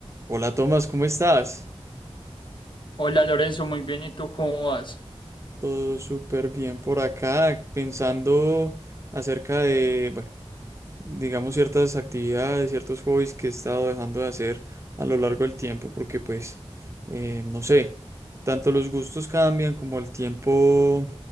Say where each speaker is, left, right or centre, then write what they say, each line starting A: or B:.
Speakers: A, on the right; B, on the left.
A: Hola Tomás, ¿cómo estás?
B: Hola Lorenzo, muy bien, ¿y tú cómo vas?
A: Todo súper bien por acá, pensando acerca de, bueno, digamos ciertas actividades, ciertos hobbies que he estado dejando de hacer a lo largo del tiempo, porque pues, eh, no sé, tanto los gustos cambian como el tiempo